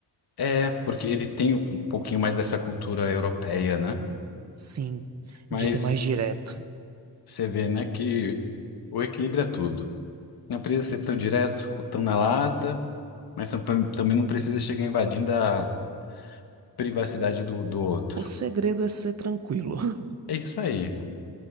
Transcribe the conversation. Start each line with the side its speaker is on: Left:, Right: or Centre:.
Left: É, porque ele tem um pouquinho mais dessa cultura europeia, né?
Right: Sim,
Left: Mas
Right: de ser mais direto.
Left: você vê, né, que o equilíbrio é tudo. Não precisa ser tão direto, tão na lata, mas tam- também não precisa chegar invadindo a privacidade do, do outro.
Right: O segredo é ser tranquilo. <laughs>
Left: É isso aí.